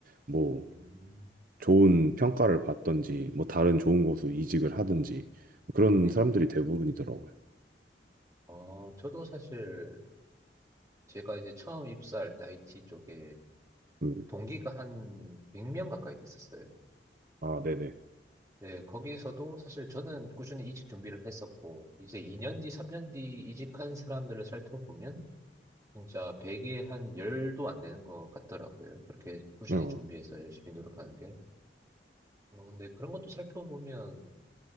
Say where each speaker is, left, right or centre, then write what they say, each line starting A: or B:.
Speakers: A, on the right; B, on the right.
A: 뭐
B: 음,
A: 좋은 평가를 받던지 뭐 다른 좋은 곳으로 이직을 하든지 그런
B: 네네.
A: 사람들이 대부분이더라고요.
B: 어, 저도 사실 제가 이제 처음 입사할 때 IT 쪽에
A: 음.
B: 동기가 한 100명 가까이 됐었어요.
A: 아, 네네.
B: 예, 거기에서도 사실 저는 꾸준히 이직 준비를 했었고, 이제 2년 뒤, 3년 뒤 이직한 사람들을 살펴보면, 진짜 100에 한 10도 안 되는 것 같더라고요. 그렇게 꾸준히
A: 어.
B: 준비해서 열심히 노력하는 게. 어, 근데 그런 것도 살펴보면,